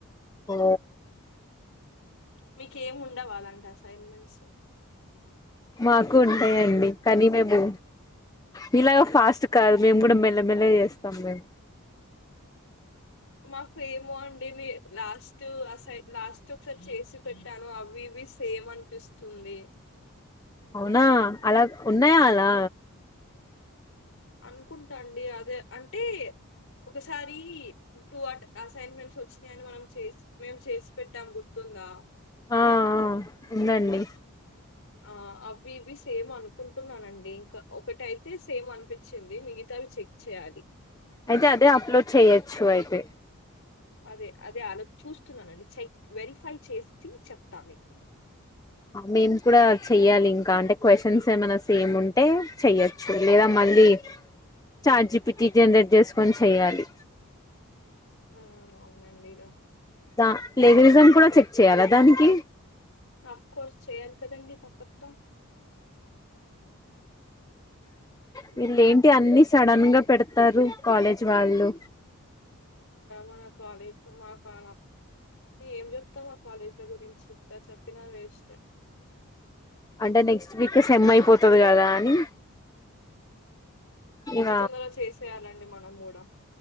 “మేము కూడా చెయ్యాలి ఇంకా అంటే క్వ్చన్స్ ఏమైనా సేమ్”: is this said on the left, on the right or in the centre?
Left